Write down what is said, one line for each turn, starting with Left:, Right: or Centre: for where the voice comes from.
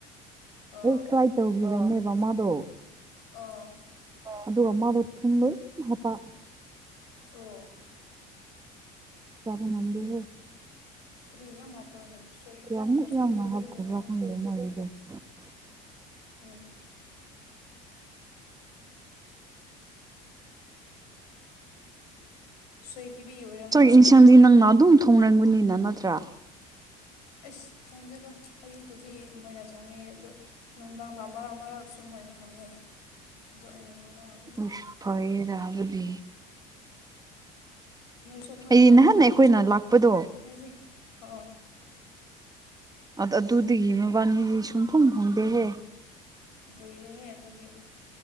Left: ꯑꯣ
Right: ꯐꯦꯛ ꯐ꯭ꯔꯥꯏ ꯇꯧꯕꯤꯔꯝꯃꯦꯕ ꯃꯥꯗꯣ
Left: ꯑꯣ
Right: ꯑꯗꯨ ꯃꯥꯗꯣ ꯊꯨꯝ ꯂꯣꯏ ꯍꯥꯞꯄ
Left: ꯑꯣ
Right: ꯆꯥꯕ ꯉꯝꯗꯦꯍꯦ
Left: ꯀꯔꯤ ꯌꯥꯝ ꯍꯥꯞꯄ꯭ꯔꯣꯅꯦ ꯁꯣꯏ
Right: ꯀꯌꯥꯃꯨꯛ
Left: ꯁꯣꯏꯈꯤꯕꯒꯤꯔꯣ
Right: ꯌꯥꯝꯅ ꯍꯥꯞꯈ꯭ꯔꯕꯥ ꯈꯪꯗꯦ ꯃꯥꯒꯤꯗꯣ <unintelligible>
Left: ꯎꯝ ꯁꯣꯏꯈꯤꯕꯒꯤ ꯑꯣꯏꯔꯝꯅꯤꯅ
Right: ꯆꯥꯛ
Left: ꯑꯗꯨꯗꯤ
Right: ꯢꯟꯁꯥꯡꯗꯤ ꯅꯪꯅ ꯑꯗꯨꯝ ꯊꯣꯡꯔꯝꯒꯅꯤꯅ ꯅꯠꯇ꯭ꯔꯥ
Left: ꯑꯩꯁ ꯊꯣꯡꯗꯦꯗ ꯑꯌꯨꯛꯇꯨꯗꯤ ꯃꯣꯏꯅ ꯊꯣꯡꯉꯦ ꯑꯗꯣ ꯅꯨꯡꯗꯥꯡꯗ ꯃꯔꯛ ꯃꯔꯛ ꯁꯨꯝ ꯃꯣꯏꯅ ꯊꯣꯡꯑꯦ ꯑꯗꯨ ꯑꯩꯅ ꯅꯨꯡꯗꯥꯡ ꯑꯗꯨꯝ ꯊꯣꯡꯉꯦ
Right: ꯢꯁ ꯐꯩꯌꯦꯗꯥ ꯑꯗꯨꯗꯤ
Left: ꯅꯣꯏꯁꯨ ꯑꯗꯨꯃꯥꯏꯅ
Right: ꯑꯩ
Left: ꯇꯧꯑꯣꯅ
Right: ꯅꯍꯥꯟ ꯑꯩꯈꯣꯏꯅ ꯂꯥꯛꯄꯗꯣ
Left: ꯅꯣꯏꯗꯤ ꯍꯣꯑꯣ
Right: ꯑ ꯑꯗꯨꯗꯒꯤ ꯃꯕꯥꯅꯤꯗꯤ ꯁꯨꯡꯐꯪ ꯐꯪꯗꯦꯍꯦ
Left: ꯂꯩꯔꯦꯍꯦ ꯑꯗꯨꯗꯤ